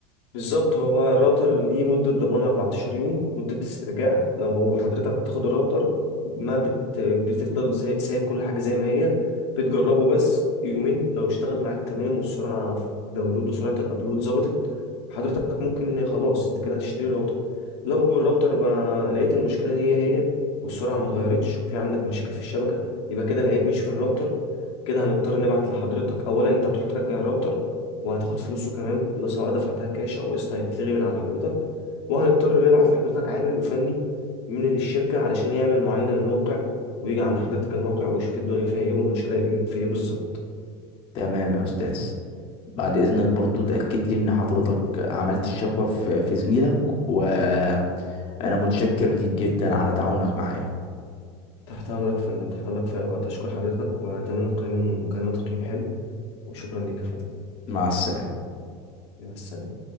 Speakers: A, on the left; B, on the left.
A: بالظبط هو الراوتر ليه مدة ضمان 14 يوم مدة استرجاع لو حضرتك تاخد الراوتر ما بت... بتفضل زي... سايب كل حاجة زي ما هي بتجربه بس يومين لو اشتغل معاك تمام والسرعة في الداونلود وسرعة الابلود ظبطت حضرتك ممكن خلاص انت كده هتشتري راوتر لو الراوتر ما لقيت المشكلة هي هي والسرعة ما اتغيرتش وفي عندك مشاكل في الشبكة يبقى كده العيب مش في الراوتر كده هنضطر نبعت لحضرتك اولا انت هتروح ترجع الراوتر وهتاخد فلوسه كمان فلوس سواء دفعتها كاش او قسط هيتلغي من على حضرتك وهنضطر نبعت لحضرتك عامل وفني من الشركة علشان يعمل معاينة للموقع ويجي عند حضرتك الموقع ويشوف الدنيا فيها ايه والمشكلة اللي في ايه بالظبط
B: تمام يا استاذ بعد اذنك برضو تاكد لي ان حضرتك عملت الشكوى في في زميلك وانا متشكر ليك جدا على تعاونك معايا
A: تحت امرك يا فندم تحت امرك في أي وقت اشكر حضرتك واتمنى القيام المكالمة تقييم حلو وشكرا ليك يا فندم
B: مع السلامه
A: مع السلامة